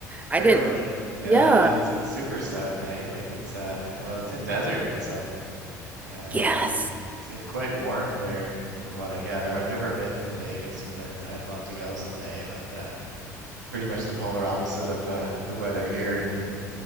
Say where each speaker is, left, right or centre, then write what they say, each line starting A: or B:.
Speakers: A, on the right (about 15°); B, on the right (about 80°).
A: I
B: Really?
A: didn't.
B: Yeah,
A: Yeah.
B: no, it's it's super south, hey? Like it's uh well it's in desert, so uh
A: Yes.
B: it's it's quite warm there from what I gather. I've never been to Vegas, but I'd I'd love to go someday, but uh pretty much the polar opposite of uh the weather here in, in